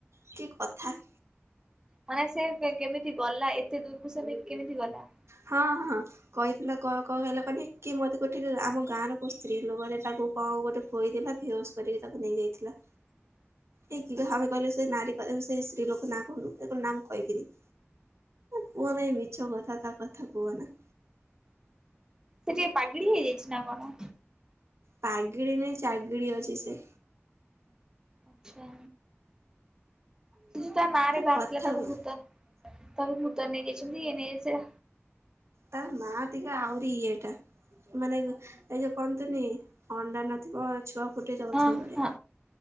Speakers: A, on the right; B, on the right.
A: କି କଥା।
B: ମାନେ ସେ କେମିତି ଗଲା ଏତେ ଦୂରକୁ ସେମିତି କେମିତି ଗଲା।
A: ହଁ ହଁ। କହିଥିଲା କ କହିଲେ କହିଲେ କି ମତେ କୋଠିକି ଆମ ଗାଁ ର କୋଉ ସ୍ତ୍ରୀ ଲୋକରେଟାକୁ। କଣ ଗୋଟେ ଖୋଇଥିଲା ଭିଓଜ କରିକି ତାକୁ ନେଇ ଯାଇଥିଲା।
B: ହ <inaudible>
A: ଏ ଆମେ କହିଲେ ସେ ନାରୀ କ ସେ ଶତ୍ରୀଲୋକ ନାଁ କହୁନୁ ନାମ କହିହକିନି କୁହନାଇ ମିଛ କଥା ତା କଥା କୁହ ନା।
B: ସେ ଟିକେ ପାାଗେଳି ହେଇଯାଇଛି ନା କଣ।
A: ପାଗେଳି ନାଇ ଚାଗେଳି ଅଛି ସେ।
B: ଆଚଛା। ସେ ଯ ତା ନାଁ ରେ ବାହାରିଥିଲା
A: କଥା
B: ତାକୁ
A: କୁ
B: ଭୂତ ତାକୁ ଭୂତନ ନେଇଯାଇଛନ୍ତି ଇଏ ନେଇଯାଇ ସେ
A: ତାାର ମାତିଗ ଆରିିଇ ଏଟା। ମାନେ ଏ ଯଉ କନ୍ତୁନି ଅଣ୍ଡା ନଥିବ ଛୁଆ ଫୁଟେଇଦବ
B: ହଁ
A: ସେଇଭଳିଆ।
B: ହଁ